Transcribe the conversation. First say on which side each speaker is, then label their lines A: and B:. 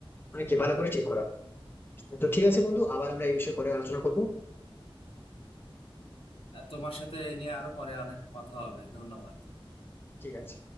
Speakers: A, on the left (about 25°); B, on the left (about 80°).
A: মানে কি ভালো করে ঠিক করা তো ঠিক আছে বন্ধু আবার আমরা এই বিষয়ে পরে আলোচনা করবো
B: আহ, তোমার সাথে এ নিয়ে আরো পরে অনেক কথা হবে ধন্যবাদ
A: ঠিক আছে